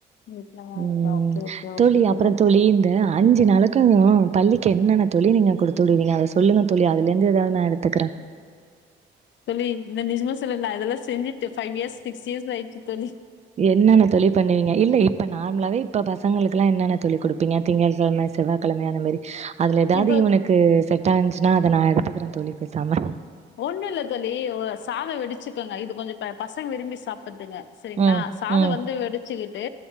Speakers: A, on the left (about 65°); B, on the right (about 35°).
A: வீட்ல தான்
B: ம்
A: இருக்கா. ஓகே, ஓகே, ஓகே,
B: தோழி
A: ஓகே.
B: அப்பறந் தோழி இந்த அஞ்சு நாளத் துது பள்ளிக்கு என்னென்ன தோழி நீங்க குடுத்து விடுவீங்க அத சொல்லுங்க தோழி அதுலந்து எதாவ் நா எடுத்துக்கிறே
A: தோழி இந்த நிஜமே சொல்லல்ல அதெல்லா செஞ்சிட்டு ஃபைவ் இயஸ் சிக்ஸ் இயஸ் ஆயிட்சு தோழி
B: என்னென்ன தோழி பண்ணுவீங்க இல்ல இப்ப நார்மலாவே இப்ப பசங்களுக்கு லா என்னென்ன தோழி குடுப்பீங்க திங்கள்கெழம செவ்வாகெழம அந்த மாரி அதுல எதாது
A: இப்போ
B: இவுனுக்கு செ ட்டான்சுனா அத நா எடுத்துக்கறே தோழி பேசாம
A: ஒண்ணு இல்ல தோழி ஒ சாதோ வடிச்சுக்கோங்க இது கொஞ்சோ ப பசங்க விரும்பி சாப் பத்துங்க செரிங்ளா
B: ம்,
A: சாதோ
B: ம்,
A: வந்து வெடிச்சுகிட்டு